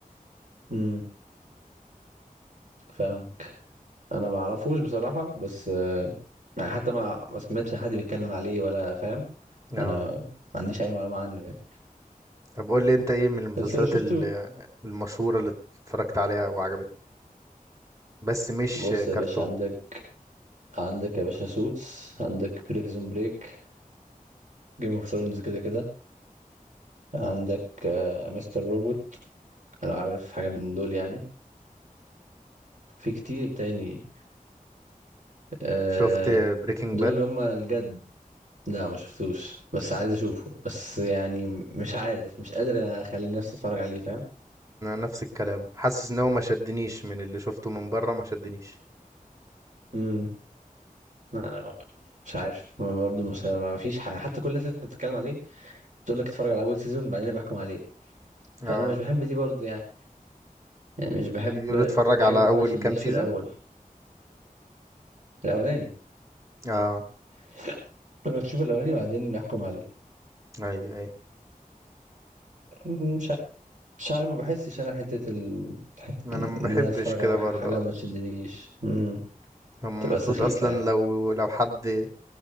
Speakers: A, on the right; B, on the right.
A: امم فاهمك انا ما اعرفوش بصراحة بس آه، يعني حتى ما ما سمعتش حد بيتكلم عليه ولا فاهم
B: اه
A: انا ما عنديش اي معلومة عنه يعني
B: طب قول لي انت ايه من المسلسلات
A: بس لو شفته
B: ال- المشهورة اللي اتفرجت عليها وعجبتك بس مش
A: بص يا
B: كرتون
A: باشا عندك عندك يا باشا سوتس عندك بريزون بريك جيم اوف ثرونز كده كده عندك مستر روبوت هل عارف حاجة من دول يعني في كتير تاني آه
B: شفت بريكنج
A: دول
B: باد
A: اللي هم الجد لا ما شفتوش بس عايز اشوفه بس يعني م- مش عارف مش قادر اخلي نفسي اتفرج عليه فاهم
B: نفس الكلام حاسس ان هو ما شدنيش من اللي شفته من بره ما شدنيش
A: امم لا، مش عارف ما برضه مش ما فيش حاجة حتى كل الناس اللي بتتكلم عليه تقول لك اتفرج على اول سيزون بعدين أنا بحكم عليه فانا
B: اه
A: مش بحب دي برضه يعني يعني مش بحب
B: بيقولوا اتفرج
A: حاجة
B: على اول
A: ما تشدنيش
B: كام سيزون
A: في الاول الاولاني
B: اه
A: <sniffs> انا اشوف الاولاني بعدين نحكم عليه
B: اي اي
A: مش مش عارف ما بحسش انا حته ال... حتة
B: انا ما
A: ان
B: بحبش
A: انا اتفرج
B: كده
A: على واحد
B: برضه
A: حاجه
B: اه
A: وما تشدنيش امم
B: هم
A: تبقى
B: المفروض
A: سخيفه
B: اصلا
A: يعني
B: لو لو حد